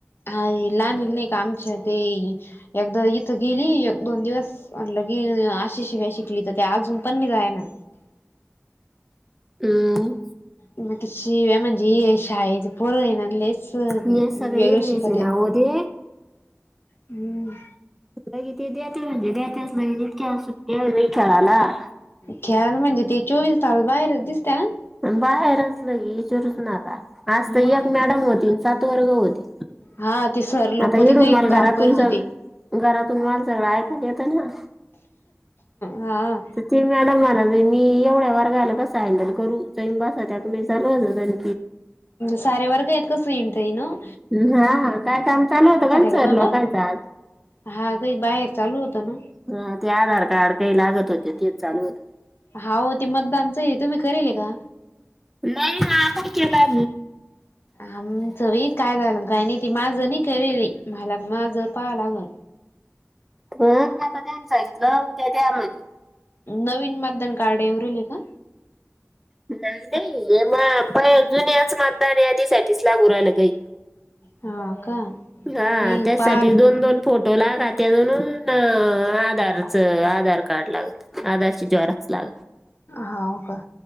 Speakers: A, on the left; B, in the centre.
A: हा ये लाणीला नाही का? अच्छा ते एकदा इथं गेली, एक दोन दिवस लगे आशि शिवाय शिकली तर ते अजून पण निगाय ना.
B: हम्म.
A: मग त शिव्या म्हणजे शाळेचे पोरय ना, लइच अस वेगळं
B: हे सगळे इथलेच
A: शिकत्या
B: आहे ना हो ते
A: हम्
B: कि ते द्या म्हणजे दचग इतक्या सुट्टया बाई खेळाला
A: ख्याल म्हणजे, ते चोवीस तास बाहेरच दिसत्यात.
B: बाहेरच लय इचारूच नका. आज तर
A: मग
B: एक मॅडम होती सात वर्ग होती.
A: हा ते सर लोक
B: आता येडून
A: ते काही
B: मला
A: काम
B: घरातचन
A: करीत होते
B: चाल घरातुन माल सगळ ऐकाला येत ना
A: हा
B: ती मॅडम मला <unintelligible> मी एवढ्या वर्गाला कसा हँडल करू जसा टाकून <unintelligible> चालूणन
A: साऱ्या वर्ग आहेत सोइन <unintelligible>
B: हा काय काम चालू होतं काय
A: का
B: सरल
A: बाबा
B: काय आल
A: हा काही बाहेर चालू होतं ना
B: ह ते आधार कार्ड काही लागत होते तेच चालु होत
A: हा हो ते मतदानच तुम्ही करेल का
B: नाही हा आपण केला
A: आमचं बी काय झालं काही नाही ती माझं नाही करेल‌ हे मला माझं पाहाव लागलं
B: हो आता त्यानी सांगितलं उद्या द्या म्हणे
A: नवीन मतदान कार्ड येऊ राहीले का
B: नाही नाही हे मग पहि जुन्याच मतदान यादीसाठीठीच लागु राहिलं काही
A: हा का
B: हा
A: हे
B: त्यासाठी
A: पाल
B: दोन दोन फोटो लागा त्या म्हणु आधारचं आधार कार्ड लागत आधारची झेरॉक्स लागते
A: होव का